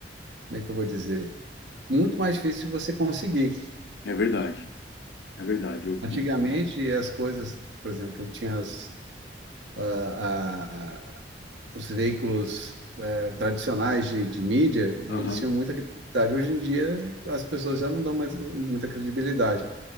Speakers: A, on the right; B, on the left.
A: como é que eu vou dizer, muito mais difícil de você conseguir.
B: É verdade, é verdade. Eu,
A: Antigamente,
B: eu-
A: as coisas, por exemplo, tinha as, ah, ah, os veículos eh, tradicionais de, de mídia e
B: aham.
A: eles tinham muita credibilidade. Hoje em dia, as pessoas já não dão mais muita credibilidade.